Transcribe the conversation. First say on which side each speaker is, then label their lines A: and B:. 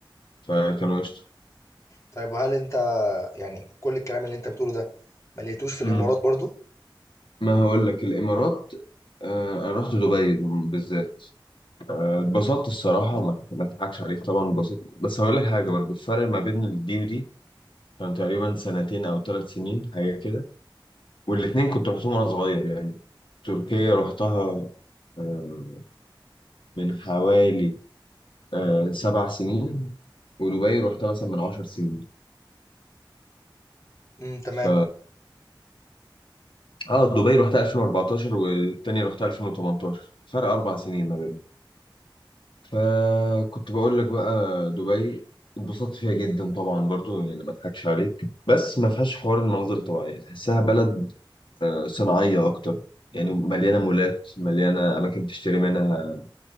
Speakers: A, on the left; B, on the left.
A: فكانوا قشطة
B: طيب وهل أنت يعني كل الكلام اللي أنت بتقوله ده ما لقيتوش في
A: مم.
B: الإمارات برضه؟
A: ما هقول لك الإمارات آه أنا رحت دبي بالذات اتبسطت الصراحة ما ما أضحكش عليك طبعا اتبسطت بس هقول لك حاجة برضه الفرق ما بين دي ودي كان تقريبا سنتين أو ثلاث سنين حاجة كده والاتنين كنت رحتهم وأنا صغير يعني تركيا رحتها آه، من حوالي آه، سبع سنين ودبي رحتها مثلا من عشر سنين
B: إمم، تمام.
A: ف اه دبي رحتها 2014 والتاني رحتها 2018 فرق اربع سنين ما بينهم فكنت بقول لك بقى دبي اتبسطت فيها جدا طبعا برضو يعني ما اضحكش عليك بس ما فيهاش حوار المناظر الطبيعيه تحسها بلد آه، صناعية أكتر يعني مليانة مولات مليانة أماكن تشتري منها